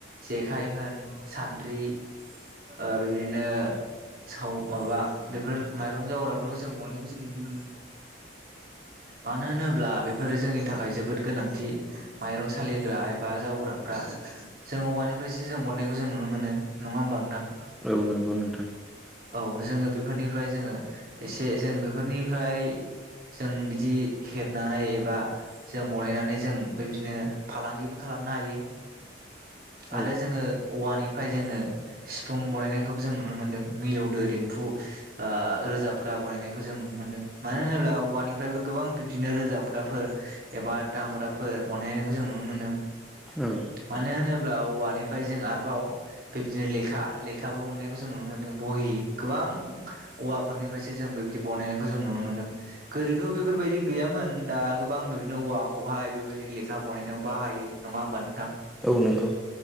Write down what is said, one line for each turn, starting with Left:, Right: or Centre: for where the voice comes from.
Right: जेखाइ होन सान्द्रि ओ बेबादिनो साव माबा बेफोर माइरं जावग्राफोरखो जों उवानिखौ जों नुनो मोनो मानो होनोब्ला बेफोरो जोंनि थाखाय जोबोद गोनांथि माइरं सालिग्रा एबा जाव ग्राफ्रा जों औवानिफायसो जों बनायनायखौ जों नुनो मोनो नङा होमबा नोंथां?
Centre: औ नोंगौ नोंथां
Right: औ जोङो बेफोरनिफ्राय जोङो एसे जों बेफोरनिफ्राय जों बिदि हेबनानै एबा जों बनायनानै जों बेबायदिनो फालांगिबो खालामनो हायो
Centre: औ
Right: आरो जोङो औवानिफ्राय जोङो सिफुं बनायनायखौबो जों नुनो मोनदों मिलौदो देमफु ओ रोजाबग्रा बनायनायखौ जों नुनो मोन्दों मानो होनोब्ला औवानि निफ्रायबो गोबां बिबदिनो रोजाबग्राफोर एबा दामग्राफोर बनायनायखौ जों नुनो मोनो
Centre: औ
Right: मानो होनोब्ला औवानिफ्राय जों आरोबाव बिबदिनो लेखा लेखाबो बनायनायखौ जों नुनो मोनदों बहि गोबां औवाफोरनिफ्रायसो जों बेबायदि बनायखौ जों नुनो मोनदों गोदोथ' बेफोर बायदि गैयामोन दा गोबां बेबादिनो औवाखौहाय बेबायदि लेखा बनायनायाव बाहायो नङा होमबा नोंथां?
Centre: औ नोंगौ